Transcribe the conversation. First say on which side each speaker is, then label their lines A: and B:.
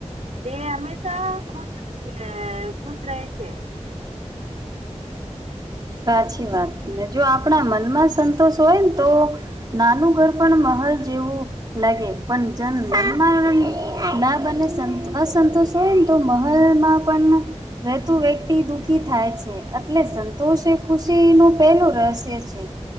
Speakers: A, on the right; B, on the right.
A: તે હમે શા ખુશ અ ખુશ રહે છે.
B: સાચી વાત ને જો આપણા મનમાં સંતોષ હોયન તો નાનું ઘર પણ મહલ જેવું લાગે પણ જન મન મા ના બને સંત અસંતોષ હોઈને તો મહલમાં પણ રહેતું વ્યક્તિ દુઃખી થાય છે અટલે તો છે ખુશી નુ પહેલું રહસ્ય છે,